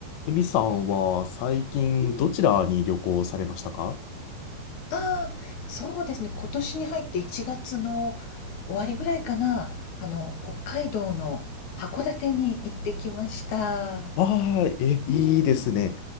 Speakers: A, on the left; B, on the left.
A: えみさんは最近どちらに旅行されましたか
B: うん、ああ、そうですね。今年に入って1月の終わりぐらいかな、あの、北海道の函館に行ってきました。
A: ああー、え、いいですね。
B: うん、